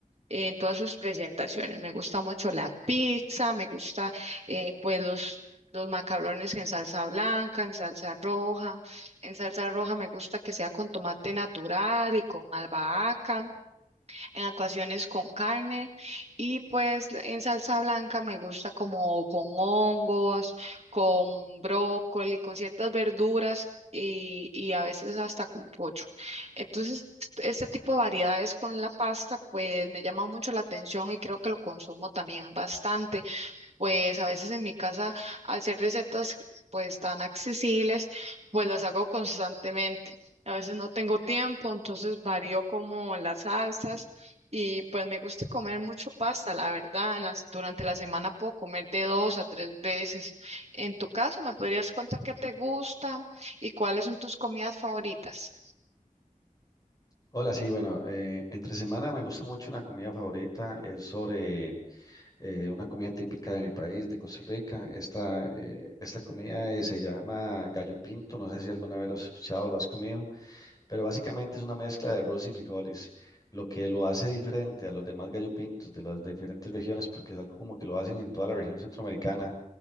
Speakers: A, on the right (about 45°); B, on the left (about 25°).
A: eh, En todas sus presentaciones. Me gusta mucho la pizza, me gusta eh, pues los, los macarrones en salsa blanca, en salsa roja. En salsa roja me gusta que sea con tomate natural y con albahaca en ocasiones con carne y pues la- en salsa blanca me gusta como con hongos, con brócoli, con ciertas verduras y, y a veces hasta con pollo. Entonces, este tipo de variedades con la pasta pues me llama mucho la atención y creo que lo consumo también bastante. Pues a veces en mi casa, al ser recetas pues tan accesibles, pues las hago constantemente. A veces no tengo tiempo, entonces varío como las salsas y pues me gusta comer mucho pasta, la verdad. En las, durante la semana puedo comer de dos a tres veces. En tu caso, ¿me podrías contar qué te gusta y cuáles son tus comidas favoritas?
B: Hola, sí, bueno, eh, entre semana me gusta mucho una comida favorita, es sobre eh, una comida típica de mi país, de Costa Rica. Esta, eh, esta comida eh, se llama gallo pinto, no sé si alguna vez lo has escuchado, lo has comido. Pero básicamente es una mezcla de arroz y frijoles, lo que lo hace diferente a los demás gallo pintos de las diferentes regiones, porque es algo como que lo hacen en toda la región centroamericana,